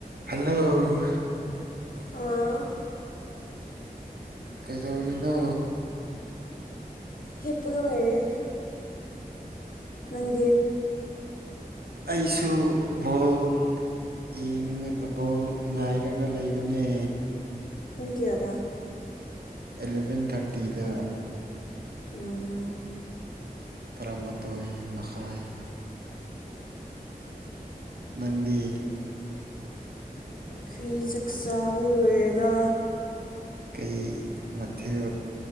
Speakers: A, on the right (about 85°); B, on the left (about 65°).
A: hello
B: ꯑꯝ
A: ꯀꯩꯗꯧꯔꯤꯅꯣ
B: ꯍꯤꯞꯄꯒ ꯂꯩꯌꯦ ꯅꯪꯒꯤ
A: ꯑꯩꯁꯨ ꯕꯣꯜ ꯌꯦꯡ ꯕꯣꯜ ꯉꯥꯏꯔꯒ ꯂꯩꯕꯅꯦ
B: ꯄꯨꯡ ꯀꯌꯥꯗ
A: ꯑꯦꯂꯚꯦꯟ ꯊꯔꯇꯤꯗ
B: ꯎꯝ
A: ꯇꯔꯥꯃꯥꯊꯣꯏ ꯃꯈꯥꯏ ꯅꯪꯗꯤ
B: ꯐꯤ ꯆ ꯁꯥꯥꯕ ꯂꯣꯏꯒ
A: ꯀꯩ ꯃꯊꯦꯜ